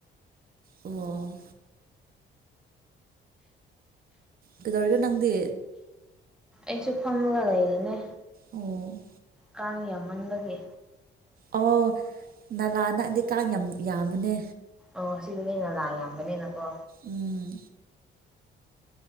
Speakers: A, on the right (about 50°); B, in the centre.
A: ꯑꯣ꯫ ꯀꯩꯗꯧꯔꯤꯒꯦ ꯅꯪꯗꯤ꯫
B: ꯑꯩꯖꯨ ꯐꯝꯃꯒ ꯂꯩꯔꯤꯅꯦ꯫
A: ꯑꯣ꯫
B: ꯀꯥꯡ ꯌꯥꯃꯟꯕꯒꯤ꯫
A: ꯑꯣ ꯅꯂꯥꯅꯗꯤ꯫ ꯀꯥꯡ ꯌꯥꯝ ꯌꯥꯝꯕꯅꯦ꯫
B: ꯑꯣ ꯁꯤꯗꯤꯅꯦꯅ ꯂꯥꯛ ꯌꯥꯝꯕꯅꯤꯅꯀꯣ
A: ꯎꯝ